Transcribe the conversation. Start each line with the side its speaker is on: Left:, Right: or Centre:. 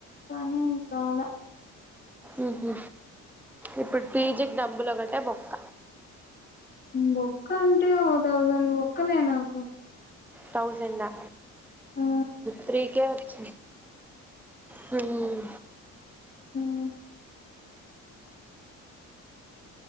Left: కానీ కాల
Centre: ఉహు ఇప్పుడు పీజీకి డబ్బులు ఒకటే బొక్క
Left: బొక్క అంటే ఓ థౌజండ్ బోక్కలే నాకు
Centre: థౌజండ్ ఆ
Left: ఆ
Centre: త్రీ కే ఇచ్చ హ్మ్మ్
Left: అ